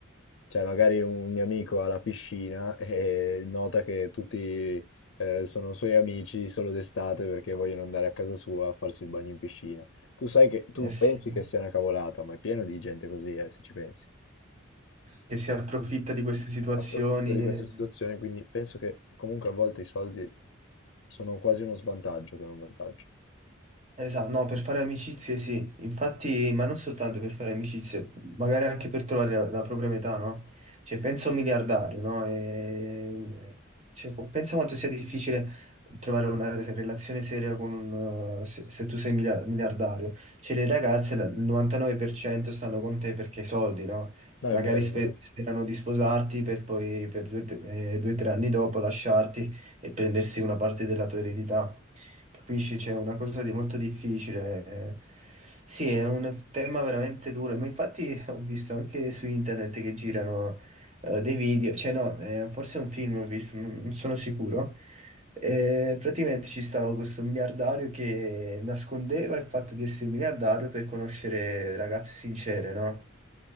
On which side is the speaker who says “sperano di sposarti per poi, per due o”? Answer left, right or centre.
Right